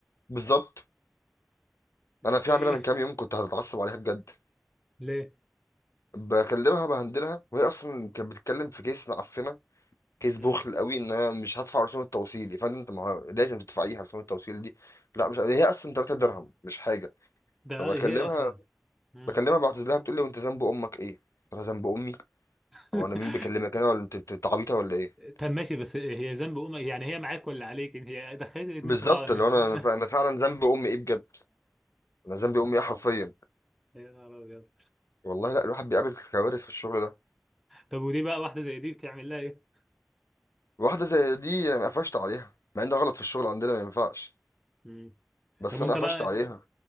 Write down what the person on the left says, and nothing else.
بالظبط
انا في
عامله من كام يوم كنت هتتعصب عليها بجد
بكلمها بهندلها وهي اصلا كانت بتتكلم في كيس معفنه كيس
بخل قوي ان انا مش هدفع رسوم التوصيل يا فندم انت ما هو لازم تدفعيها رسوم التوصيل دي لا مش هي اصلا 3 درهم مش حاجه
فبكلمها
بكلمها بعتذر لها بتقول لي وانت ذنب امك ايه؟ انا ذنب امي
هو انا مين بيكلمك انا ولا انت أنت- أنت عبيطه ولا ايه
بالظبط
اللي
هو
انا انا ف-
أنا فعلا ذنب امي ايه بجد انا ذنب امي ايه حرفيا
والله لا الواحد بيقابل كوارث في الشغل ده
واحده زي دي انا قفشت عليها مع ان ده غلط في الشغل عندنا ما ينفعش
بس
انا قفشت
عليها